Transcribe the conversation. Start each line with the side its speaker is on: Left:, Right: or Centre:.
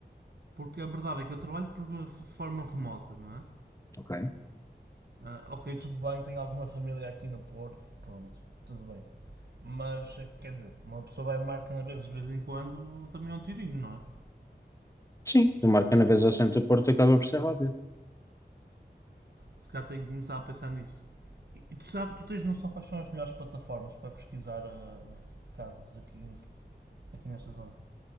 Right: Porque a verdade é que eu trabalho por f- forma remota, não é?
Left: Ok.
Right: Ah, ok, tudo bem, tenho alguma família aqui no Porto, pronto, tudo bem. Mas, eh, quer dizer, uma pessoa vai marcar na vez de vez em quando também é um tirinho, não é?
Left: sim, do Marcanaves ao centro do Porto acaba por ser óbvio.
Right: Se calhar tem que começar a pensar nisso. E, e tu, sabes, tu tens noção quais são as melhores plataformas para pesquisar ah, casas aqui, aqui nesta zona?